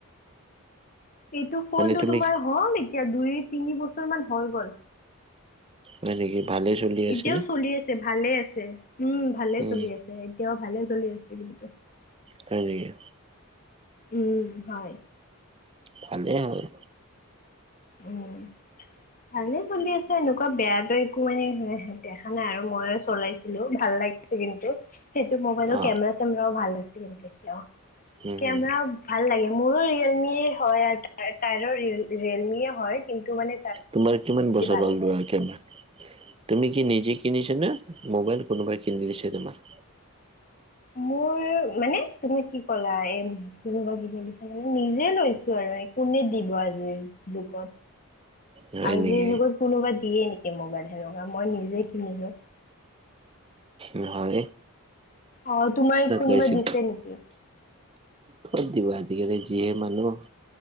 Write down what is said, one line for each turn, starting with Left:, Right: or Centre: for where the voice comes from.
Left: এইটো ফোনটো
Right: মানে তুমি
Left: তোমাৰ হ'ল এতিয়া দুই তিনি বছৰ মান হৈ গ'ল।
Right: হয় নেকি? ভালে চলি
Left: এতিয়াও
Right: আছে নে?
Left: চলি আছে ভালে আছ উম ভালে
Right: উম
Left: চলি আছে, এতিয়াও ভালে চলি আছে কিন্তু।
Right: হয় নেকি?
Left: উম হয়।
Right: ভালেই হয়
Left: উম। ভালে চলি আছে, এনেকুৱা বেয়াটো একো মানে দেখা নাই আৰু মই চলাইছিলো ভাল লাগে কিন্তু, সেইটো মোবাইলৰ
Right: অ
Left: কেমেৰা চেমেৰাও ভাল আছে কিন্তু এতিয়াও
Right: উম
Left: কেমেৰা
Right: হম
Left: ভাল লাগে মোৰো ৰিয়েলমি হয়, আৰু তাইৰো ৰিয়েলমি হয় কিন্তু মানে
Right: তোমাৰ কিমান বছৰ
Left: ভাল
Right: হ'ল
Left: আছে
Right: লোৱা কেমেৰা তুমি কি নিজে- কিনিছনে, মবাইল কোনোবাই কিনছে তমাৰ-
Left: মোৰ মানে, তুমি কি কলা এ কোনোবা কিনি দিছা মানে নিজে লৈছো আৰু- কোনে দিব আজি যুগত
Right: হয়
Left: আজিৰ
Right: নেকি?
Left: যুগত কোনোবা দিয়ে নেকি মোবাইল, মই নিজে কিনিলোঁ।
Right: নহয়
Left: অ', তোমাৰ কোনোবা
Right: লৈছিল?
Left: দিছে নেকি?
Right: ক'ত দিব, আজিকালি যিয়ে মানুহ-